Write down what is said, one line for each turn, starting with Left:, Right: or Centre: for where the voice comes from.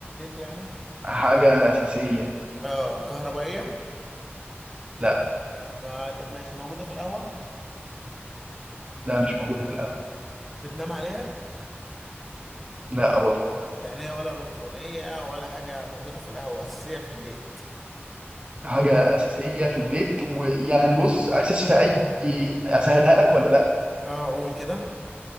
Centre: يعني
Right: حاجة أساسية
Centre: اه هي
Right: لا
Centre: آه طب ما هو
Right: لا مش موجودة في القهوة
Centre: بتنام عليها
Right: لا برضه
Centre: يعني هي ولا الكترونيه ولا حاجه موجوده في القهوه اساسيه في البيت
Right: حاجة أساسية في البيت ويعني بص أساس في أي أسهلها لك ولا لا
Centre: اه اقول كده